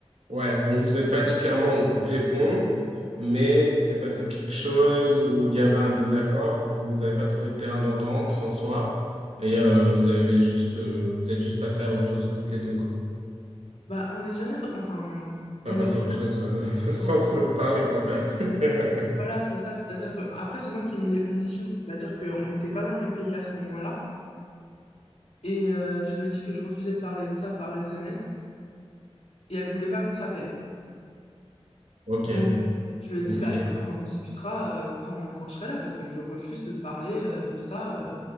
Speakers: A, on the right; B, on the left.
A: Ouais. Donc vous n'avez pas dit clairement on coupe les ponts, mais il s'est passé quelque chose où il y avait un désaccord, vous n'avez pas trouvé de terrain d'entente en soi, et euh, vous avez juste, euh, vous êtes juste passé à autre chose toutes les deux, quoi.
B: Bah, on n'est jamais, enfin,
A: Enfin,
B: on n'est
A: passé
B: pas
A: à autre chose
B: trop,
A: euh, <laughs> sans
B: enfin,
A: se parler, quoi. <laughs>
B: voilà, c'est ça. C'est-à-dire que, après, c'est moi qui ai mis les conditions. C'est-à-dire qu'on n'était pas dans le même pays à ce moment-là. Et euh, je lui ai dit que je refusais de parler de ça par SMS. Et elle voulait pas qu'on s'appelle.
A: Ok.
B: Donc, je lui ai
A: Compliqué.
B: dit, bah, écoute, on en discutera euh, quand, quand je serai là, parce que je refuse de parler euh, de ça. euh.